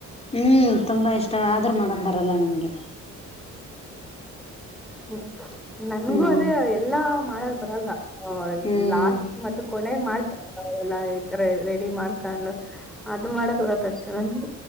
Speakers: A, on the left; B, in the centre.
A: ಹ್ಮ್ ತುಂಬಾ ಇಷ್ಟ ಆದ್ರೂ ಮಾಡಕ್ ಬರಲ್ಲ ನನ್ಗೆ
B: ಹ್ಮ್ ನನ್ಗೂ
A: ಹ್ಮ್
B: ಅಂದ್ರೆ ಎಲ್ಲಾ ಮಾಡಕ್ ಬರಲ್ಲ
A: ಹ್ಮ್
B: ಲಾಸ್ಟ್ ಮತ್ ಕೊನಾಗ ಮಾಡ್ತಾರ ರೆಡಿ ಮಾಡ್ಕೊಂಡು ಅದು ಮಾಡಕ್ ಬರತ್ತ ಅಷ್ಟೆ ನನಗೆ